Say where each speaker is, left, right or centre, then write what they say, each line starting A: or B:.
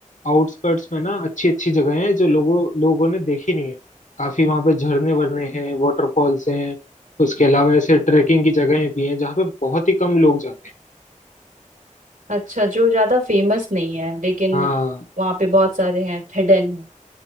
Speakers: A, on the left; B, on the right.
A: आउटस्कर्ट्स में ना अच्छी अच्छी जगह हैं जो लोगों लोगों ने देखी नहीं है काफी वहां पे झरने वरने हैं वाटरफॉल्स हैं उसके अलावा ऐसे ट्रेकिंग की जगहें भी हैं जहाँ पे बहुत ही कम लोग जाते हैं
B: अच्छा जो ज्यादा फेमस नहीं है लेकिन
A: हाँ
B: वहाँ पे बहुत सारे हैं हिडन है